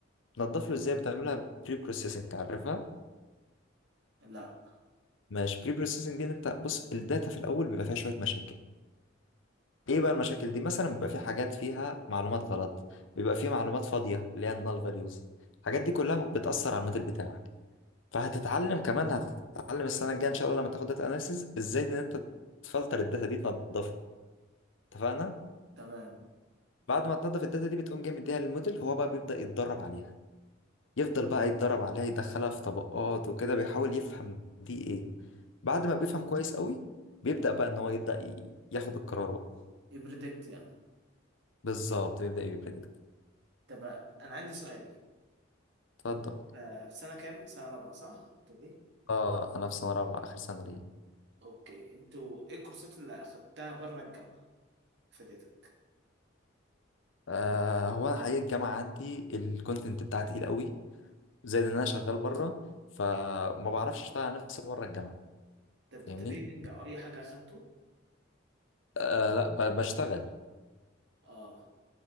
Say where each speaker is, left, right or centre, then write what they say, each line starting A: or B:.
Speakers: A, on the left; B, on the right.
A: تنضف له إزاي بتعملها بري بروسيسنج عارفها
B: لا
A: مش بري بروسيسنج دي إن أنت بص الداتا في الأول بيبقى فيها شوية مشاكل إيه بقى المشاكل دي مثلا بيبقى في حاجات فيها معلومات غلط بيبقى في معلومات فاضية اللي هي النال فاليوز الحاجات دي كلها بتأثر على الموديل بتاعك فهتتعلم كمان هتتعلم السنة الجاية إن شاء الله لما تاخد داتا أناليسيز إزاي إن أنت تفلتر الداتا دي تنضفها اتفقنا
B: تمام
A: بعد ما تنضف الداتا دي بتقوم جاي مديها للموديل هو بقى بيبدأ يتدرب عليها يفضل بقى يتدرب عليها يدخلها في طبقات وكده بيحاول يفهم دي ايه بعد ما بيفهم كويس قوي بيبدأ بقى ان هو يبدأ ي- ياخد القرار بقى
B: يبريدكت يعني
A: بالظبط بيبدأ يبريدكت
B: طب انا عندي سؤال
A: اتفضل
B: انت في سنة كام؟ سنة رابعة صح؟ قلت لي
A: اه انا في سنة رابعة اخر سنة ليا
B: اوكي انتوا ايه الكورسات اللي اخدتها بره الجامعه فادتك
A: آه هو انا حقيقة الجامعة عندي الكونتنت بتاعها تقيل قوي زائد ان انا شغال بره فما بعرفش اشتغل على نفسي بره الجامعة
B: طب تريننج
A: فاهمني
B: او اي حاجه اخدته
A: آه لا ب- بشتغل
B: اه